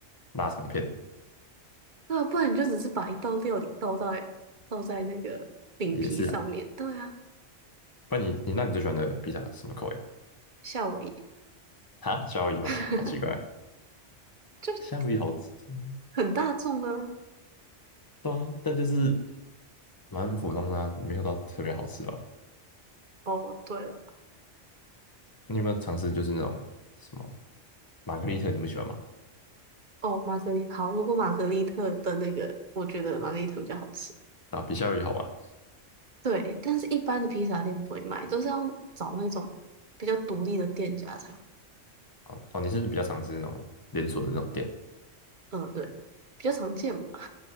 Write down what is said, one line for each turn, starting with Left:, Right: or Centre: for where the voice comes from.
Left: 腊肠片
Right: 对啊，不然你就只是把一道料理倒在倒在那个饼皮上面，
Left: 也是啊。
Right: 对啊，
Left: 不然你你那你最喜欢的披萨是什么口味？
Right: 夏威夷
Left: 啊，夏威夷吗？
Right: <laughs>
Left: 好奇怪啊，
Right: 就
Left: 夏威夷好吃，嗯
Right: 很大众啊。
Left: 对啊，但就是蛮普通的啊，没有到特别好吃吧。
Right: 哦，对了。
Left: 你有没有尝试就是那种什么玛格丽特？你不喜欢吗？
Right: 哦，玛格丽好，如果玛格丽特的那个，我觉得玛格丽特比较好吃。
Left: 啊，比夏威夷好吧。
Right: 对，但是一般的披萨店不会卖，都是要找那种比较独立的店家才会。
Left: 啊，哦，你是比较尝试那种连锁的那种店
Right: 嗯，对，比较常见嘛。